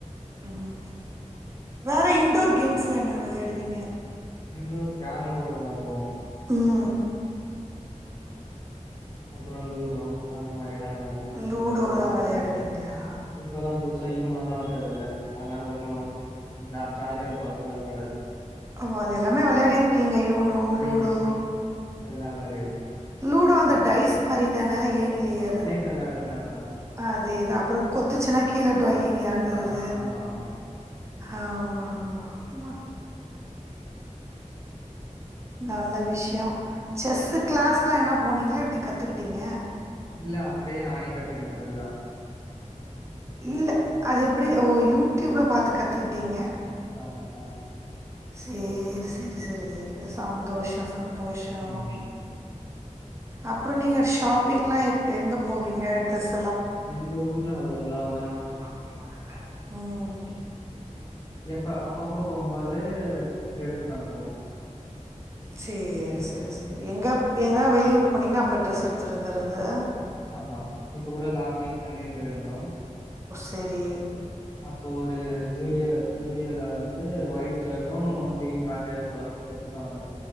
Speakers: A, on the right; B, on the left.
A: உம் வேற இன்டோர் கேம்ஸ்லாம் என்ன வெளையாடுவீங்க
B: இண்டோர் கேரம் போர்டு வெளையாடுவோம்
A: உம்
B: அப்புறம் லூடோ அந்த மாதிரி வெளா வெளாடுவோம் வீட்டுல
A: லூடோலா
B: எல்லாரும்
A: வெளையாடுவீங்களா?
B: வெளா இப்பதாம் புதுசா யுனோல்லாம் வந்தது இல்ல அதனால ஒன்னும் ஜாலியா இருக்கும் அதெல்லாம் விளையாடறது
A: ஓ! அது எல்லாமே வெளையாடி இருக்கீங்க. யூனோ,
B: உம்
A: லூடோ.
B: உம் எல்லாரோடயும்
A: லூடோ அந்த டைஸ் மாரி தானே ஏணில ஏறுறது
B: ஸ்னேக் விளையாடுற மாரி தான்.
A: அதேதா அப்புறோம் கொத்துச்சுன்னா கீழே டொய்னு இறங்கறது
B: ஆ ஆமா, ஆமா.
A: ஆமா ஆமா ஆமா நல்ல விஷயோம் செஸ் கிளாஸ்லா என்ன போனீங்களா எப்பிடி கத்துகிட்டீங்க
B: இல்ல அப்படியே நானே கத்துக்கிட்டதுதான்
A: இல்ல அது எப்டி ஓ யூ ட்யூப்ல பாத்து கத்துக்குட்டீங்க
B: ஆமா ஆமா
A: சேரி செரி செரி செரி சந்தோஷொ சந்தோஷொ
B: ம்.
A: அப்றோ நீங்க ஷாப்பிங்லா எப் எங்க போவீங்க ட்ரெஸ்
B: எங்க ஊர்ல அவ்ளல்லா ஒ
A: எல்லா வந்துட்டு சாப்படு ம்
B: எப்ப அப்பப்போ போம்போது எடுத்துட்டு வந்துருவோம்.
A: சேரி செரி செ எங்க எதா வெளியூர் போனீங்கனா அப்ப ட்ரெஸ் எடுத்துட் வந்துறது
B: ஆமா இப்ப கூட லாஸ்ட் வீக் சென்னை போயிருந்தோ
A: சேரி
B: அப்போ ஒரு ஜூடியோ ஜூடியோல வந் து ஒயிட் ஷர்ட்டும், கிரீன் பேண்ட்டும் எடுத்து வ- எடுத்துட்டு வந்தோம்.